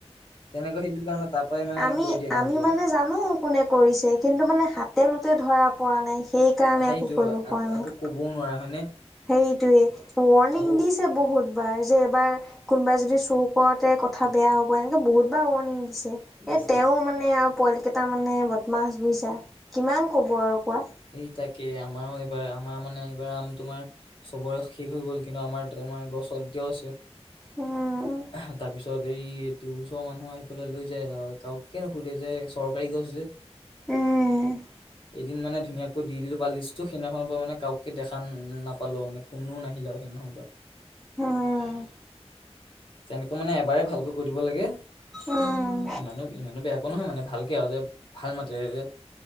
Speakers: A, on the left (about 50°); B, in the centre.
A: তেনেকৈ সেইটো কাৰণে তাৰ পৰাই মানে
B: আমি
A: কৰি দিয়ে কামটো
B: আমি মানে জানো কোনে কৰিছে কিন্তু মানে হাতে লোতে ধৰা পৰা নাই সেইকাৰণে
A: সেইটো
B: একো কৰিব
A: আকৌ
B: পৰা
A: আকৌ
B: নাই
A: ক'বও নোৱাৰা হয়নে
B: হেইটোৱে ৱাৰ্ণিং
A: আৰু
B: দিছে বহুতবাৰ যে এবাৰ কোনোবাই যদি চুৰ কৰতে কথা বেয়া হ'ব এনেকে বহুত বাৰ ৱাৰ্ণিং দিছে এ
A: বহুত
B: তেওঁ মানে আৰু পোৱালিকেইটা মানে বদমাছ বুজিছা কিমান কব আৰু কোৱা
A: এই তাকেই আমাৰ এইবাৰ আমাৰ মানে এইবাৰ আম তোমাৰ চবৰে শেষ হৈ গ'ল কিন্তু আমাৰ তোমাৰ গছত এতিয়াও
B: উম
A: আছে তাৰপিছত এই এইটো ওচৰৰ মানুহ আহি পেলাই লৈ যায় আৰু কাওকে নুশুধে যে চৰকাৰী গছ যে
B: উম
A: এদিন মানে ধুনীয়াকৈ দি দিলো পালিষ্টটো সেইদিনাখনৰ পৰা মানে কউকে দেখা নাপালো আৰু মানে কোনো নাহিলে সেইদিনাখনৰ পৰা
B: হম
A: তেনেকৈ মানে এবাৰে ভালকৈ কৈ দিব লাগে
B: উম
A: ইমানো ইমানো বেয়াকৈ নহয় মানে ভালকে আৰু যে ভাল মাতে যে